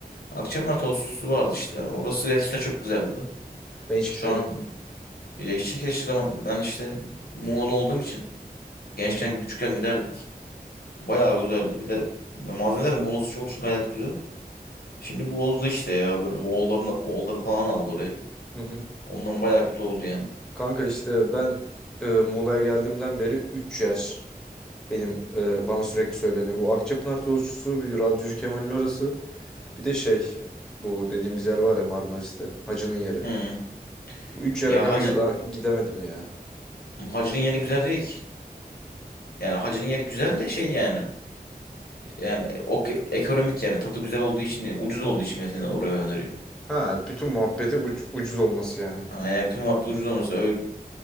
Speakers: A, on the left; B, in the centre.
A: Akçapınar tostçusu vardı işte. Orası gerçekten çok güzeldi de.
B: Ben hiç
A: Şu
B: gitmedim.
A: an e, işte keşke zaman ben işte Muğla'lı olduğum için gençken
B: Hı hı.
A: küçükken giderdik. Bayağı güzeldi. Bir de malzemelerin monosu olduğu için gayet güzel. Şimdi bozdu işte ya böyle oğullarını oğulları falan aldı orayı.
B: Hı hı.
A: Ondan bayağı kötü oldu yani.
B: Kanka işte ben e, Muğla'ya geldiğimden beri 3 yer Benim e, bana sürekli söyleniyor. Bu Akçapınar tozcusu, bir radyocu Kemal'in orası. Bir de şey bu dediğimiz yer var ya Marmaris'te. Hacı'nın yeri.
A: Hı.
B: Bu üç yere
A: Ya
B: kanka
A: Hacı
B: daha gidemedim ya.
A: Hacı'nın yeri güzel değil ki. Yani Hacı'nın yeri güzel de şey yani. Yani o ke- ekonomik yani tadı güzel olduğu için ucuz olduğu için mesela oraya öneriyor.
B: Ha bütün muhabbeti uc- ucuz olması yani.
A: Ha, yani bütün muhabbet ucuz olması. Öyle,